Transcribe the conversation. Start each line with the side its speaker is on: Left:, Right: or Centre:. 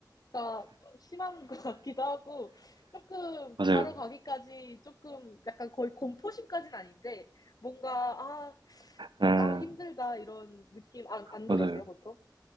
Left: 그러니까 좀 심한 것 같기도 하고 조금
Right: 맞아요.
Left: 가러 가기까지 조금 약간 거의 공포심까지는 아닌데 뭔가 아,
Right: 아,
Left: 아 힘들다 이런 느낌 안, 안
Right: 맞아요.
Left: 그러세요 보통?